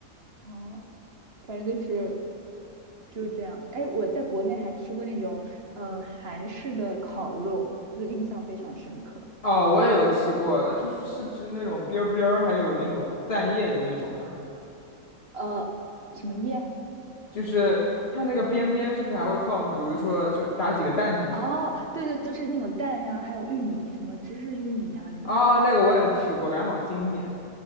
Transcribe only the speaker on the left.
哦，我也有吃过，就是是不是那种边儿边儿，还有那种蛋液的那种呀？
就是它那个边边是不是还会放，比如说就打几个蛋进去这样？
啊，那个我也吃过，感觉好经典